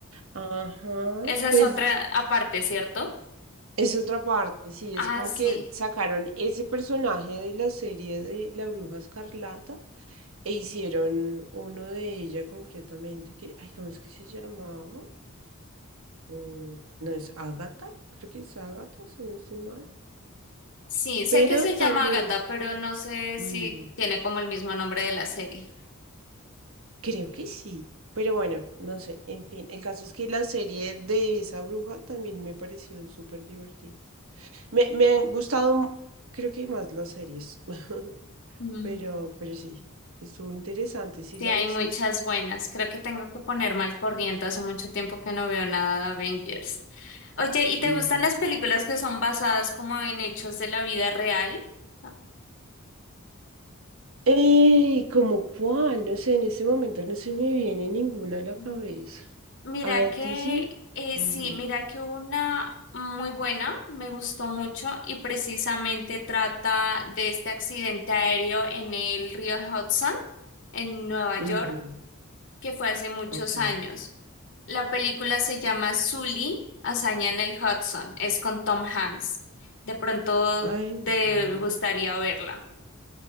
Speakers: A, on the right; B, on the left.
A: Ajá,
B: Esa
A: pues
B: es otra aparte, ¿cierto?
A: es otra parte, sí,
B: Ah,
A: es como
B: sí.
A: que sacaron ese personaje de la serie de La Bruja Escarlata e hicieron uno de ella concretamente, que, ay, ¿cómo es que se llamaba? Mm, no es Agatha creo que es Agatha si no estoy mal.
B: Sí, sé
A: Pero
B: que se llama
A: también,
B: Agatha, pero no sé
A: ujú,
B: si tiene como el mismo nombre de la serie.
A: creo que sí. Pero bueno, no sé, en fin, el caso es que la serie de esa bruja también me pareció súper divertida. Me, me han gustado, creo que más las series, <laughs>
B: Mm,
A: pero, pero sí, estuvo interesante, ¿sí
B: Sí,
A: la
B: hay
A: viste?
B: muchas buenas. Creo que tengo que ponerme al corriente. Hace mucho tiempo que no veo nada de Avengers. Oye, ¿y te
A: Ujú.
B: gustan las películas que son basadas como en hechos de la vida real? Ah,
A: Eh, ¿cómo cuál? No sé, en este momento no se me viene ninguna a la
B: no.
A: cabeza.
B: Mira
A: ¿A
B: que,
A: ti sí?
B: eh,
A: Ujú.
B: sí, mira que hubo una muy buena, me gustó mucho y precisamente trata de este accidente aéreo en el río Hudson, en Nueva York,
A: Ujú.
B: que fue hace muchos
A: Ok.
B: años. La película se llama Sully, Hazaña en el Hudson, es con Tom Hanks. De pronto
A: Ay,
B: te
A: no.
B: gustaría verla.